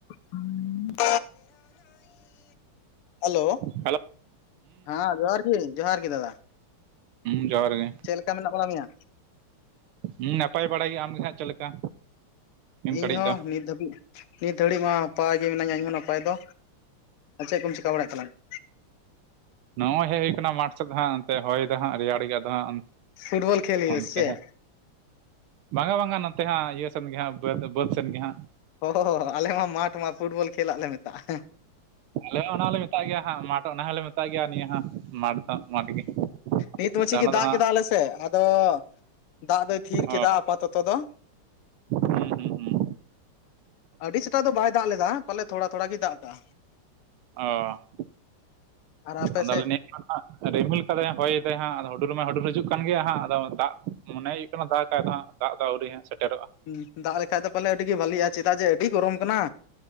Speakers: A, on the left; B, on the right.
A: <unintelligible> Hello
B: hello
A: ᱦᱮᱸ ᱡᱚᱦᱟᱨ ᱜᱮ ᱡᱚᱦᱟᱨ ᱜᱮ ᱫᱟᱫᱟ
B: ᱦᱩᱸ ᱡᱚᱦᱟᱨ ᱜᱮ᱾
A: ᱪᱮᱫ ᱞᱮᱠᱟ ᱢᱮᱱᱟᱜ ᱵᱚᱱᱟ ᱢᱮᱭᱟ
B: ᱦᱩᱸ ᱱᱟᱯᱟᱭ ᱵᱟᱲᱟ ᱜᱮ ᱟᱢ ᱜᱮ ᱦᱮᱜ ᱪᱮᱫ ᱞᱮᱠᱟ? ᱱᱤᱢ
A: ᱤᱧ
B: ᱜᱷᱟᱹᱲᱤᱡ
A: ᱦᱚᱸ
B: ᱫᱚ
A: ᱱᱤᱛ ᱫᱷᱟᱹᱵᱤᱡ ᱱᱤᱛ ᱫᱷᱟᱹᱨᱤᱡ ᱢᱟ ᱱᱟᱯᱟᱭ ᱜᱮ ᱢᱤᱱᱟᱹᱧᱟ ᱤᱧᱦᱚᱸ ᱱᱟᱯᱟᱭ ᱫᱚ ᱪᱮᱫ ᱠᱚᱢ ᱪᱤᱠᱟ ᱵᱟᱲᱟᱭᱮᱫ ᱛᱟᱞᱟᱝ ᱟ
B: ᱱᱚᱜ-ᱚᱭ ᱦᱮᱡ ᱦᱳᱭ ᱠᱟᱱᱟ ᱢᱟᱴᱷ ᱥᱮᱫ ᱦᱟᱸᱜ ᱚᱱᱛᱮ ᱦᱚᱭ ᱫᱚ ᱦᱟᱸᱜ ᱨᱮᱭᱟᱲ ᱜᱮ ᱫᱚ ᱦᱟᱸᱜ
A: ᱯᱷᱩᱴᱵᱚᱞ ᱠᱷᱮᱞ ᱦᱩᱭᱩᱜᱼᱟ
B: ᱚᱱᱛᱮ
A: ᱥᱮ ᱪᱮᱫ?
B: ᱦᱮ ᱵᱟᱝᱟ ᱵᱟᱝᱟ ᱱᱚᱛᱮ ᱦᱟᱸᱜ ᱤᱭᱟᱹ ᱥᱮᱱ ᱦᱟᱸᱜ ᱵᱟᱹᱫᱽ ᱥᱮᱱ ᱜᱮ ᱦᱟᱸᱜ᱾
A: ᱚᱻᱟᱞᱮ ᱢᱟᱴᱷ ᱢᱟ ᱯᱷᱩᱴᱵᱚᱞ ᱠᱷᱮᱞᱟᱜ ᱞᱮ ᱢᱮᱛᱟᱜ ᱟ᱾
B: ᱟᱞᱮ ᱦᱚᱸ ᱚᱱᱟ ᱦᱚᱸᱞᱮ ᱢᱮᱛᱟᱜ ᱜᱮᱭᱟ, ᱦᱟᱸᱜ ᱢᱟᱴᱷ ᱚᱱᱟ ᱦᱚᱞᱮ ᱢᱮᱛᱟᱜ ᱜᱮᱭᱟ ᱱᱤᱭᱟᱹᱜ ᱢᱟᱴᱷ ᱦᱟᱸᱜ ᱢᱟᱴᱷ ᱜᱮ
A: ᱱᱤᱛ ᱢᱟ
B: ᱟᱫᱚ
A: ᱪᱮᱫᱤ
B: ᱚᱱᱟ
A: ᱫᱟᱜ
B: ᱫᱚ ᱦᱟᱸᱜ
A: ᱠᱮᱫ ᱟᱞᱮ ᱥᱮ ᱟᱫᱚ ᱫᱟᱜ ᱫᱚᱭ ᱛᱷᱤᱨ
B: ᱚ
A: ᱠᱮᱫᱟ ᱟᱯᱟᱛᱟᱛᱚ ᱫᱚ᱾
B: ᱦᱩᱸ ᱦᱩᱸ ᱦᱩᱸ
A: ᱟᱹᱰᱤ ᱥᱮᱛᱟᱜ ᱫᱚ ᱵᱟᱭ ᱫᱟᱜ ᱞᱮᱫᱟ ᱯᱟᱞᱮ ᱛᱷᱳᱲᱟ ᱛᱷᱳᱲᱟ ᱜᱮᱭ ᱫᱟᱜ ᱠᱟᱜ-ᱟ
B: ᱚ
A: ᱟᱯᱮ
B: ᱟᱫᱚᱞ
A: ᱥᱮᱫ
B: ᱨᱤᱢᱤᱞ ᱠᱟᱫᱟᱭ ᱦᱚᱭᱫᱟᱭ ᱦᱟᱸᱜ ᱟᱫᱚ ᱦᱩᱰᱩᱨ ᱢᱟᱭ ᱦᱩᱰᱩᱨ ᱦᱤᱡᱩᱜ ᱠᱟᱱ ᱜᱮᱭᱟ ᱦᱟᱸᱜ ᱟᱫᱚ ᱫᱟᱜ ᱢᱚᱱᱮ ᱦᱩᱭᱩᱜ ᱫᱟᱜ ᱠᱟᱭ ᱫᱚ ᱦᱟᱸᱜ ᱫᱟᱜ ᱫ ᱟᱹᱣᱨᱤ ᱦᱟᱜ ᱥᱮᱴᱮᱨᱚᱜ-ᱟ
A: ᱦᱩᱸ ᱫᱟᱜ ᱞᱮᱠᱷᱟᱡ ᱫᱚ ᱯᱟᱞᱮ ᱟᱹᱰᱤ ᱜᱮ ᱵᱷᱟᱹᱞᱤᱜ ᱟ ᱪᱮᱫᱟᱜ ᱡᱮ ᱟᱹᱰᱤ ᱜᱚᱨᱚᱢ ᱠᱟᱱᱟ᱾